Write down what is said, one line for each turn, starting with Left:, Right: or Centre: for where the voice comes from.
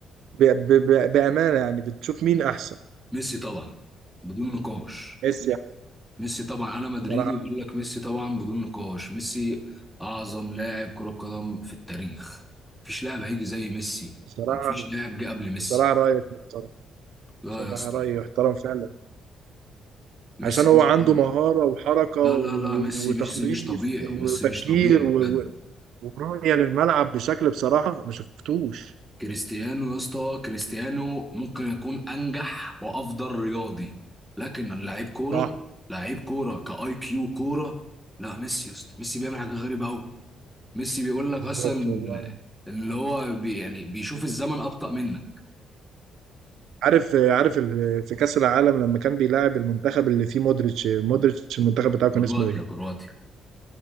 Right: ب... ب... ب... بامانه يعني بتشوف مين احسن
Centre: ميسي طبعا بدون نقاش
Right: ميسي يعني
Centre: ميسي طبعا انا مدريدي
Right: بصراحه
Centre: وبقول لك ميسي طبعا بدون نقاش ميسي اعظم لاعب كرة قدم في التاريخ مفيش لاعب هيجي زي ميسي
Right: بصراحه
Centre: مفيش لاعب جه قبل ميسي
Right: بصراحه رايك محترم
Centre: لا
Right: بصراحة
Centre: يا اسطى
Right: رأيي يحترم فعلا
Centre: ميسي
Right: عشان هو
Centre: أصلاً-
Right: عنده مهارة وحركة و-
Centre: لا لا لا ميسي
Right: وتخليص
Centre: ميسي مش طبيعي
Right: وتفكير
Centre: ميسي مش طبيعي بجد
Right: ورؤية للملعب بشكل بصراحة ما شفتوش
Centre: كريستيانو يا اسطى كريستيانو ممكن يكون انجح وافضل رياضي لكن لعيب كوره
Right: صح
Centre: لعيب كوره كاي كيو كوره لا ميسي يا اسطى ميسي بيعمل حاجه غريبه قوي ميسي بيقول لك
Right: بالظبط
Centre: اصلا ان
Right: والله
Centre: اللي هو بي يعني بيشوف الزمن ابطا منك
Right: عارف عارف ال- في كأس العالم لما كان بيلاعب المنتخب اللي فيه مودريتش مودريتش المنتخب بتاعه كان
Centre: كرواتيا
Right: اسمه ايه؟
Centre: كرواتيا